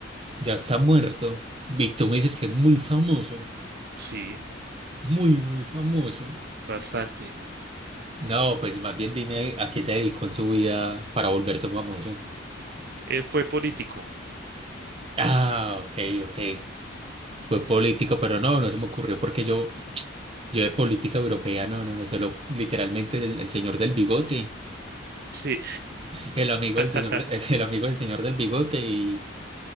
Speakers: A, on the right; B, on the right.
A: ya está muerto. Víctor me dices que es muy famoso,
B: Sí,
A: muy, muy famoso.
B: bastante.
A: No, pues más bien dime a qué se dedicó en su vida para volverse famoso.
B: Él fue político.
A: Ah, ok, ok. Fue político, pero no, no se me ocurrió porque yo, yo de política europea, no, no, no, solo literalmente el, el señor del bigote,
B: Sí.
A: el amigo
B: <laughs>
A: del señor, de- <laughs> el, amigo del señor del bigote y,